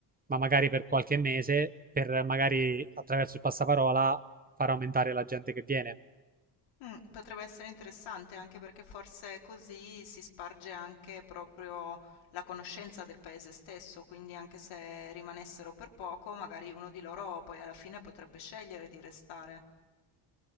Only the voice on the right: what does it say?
ma magari per qualche mese, per magari attraverso il passaparola far aumentare la gente che viene.